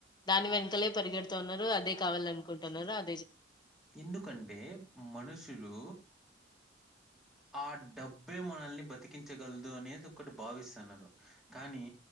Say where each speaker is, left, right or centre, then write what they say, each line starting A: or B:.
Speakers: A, on the left; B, in the centre.
A: దాని వెనకలే పరిగెడుతన్నారు. అదే కావాల అనుకుంటున్నారు. అ
B: ఎందుకంటే మనుషులు ఆ డబ్బే మనల్ని బతికించగలదు అనేది ఒకటి భావిస్తున్నారు. కానీ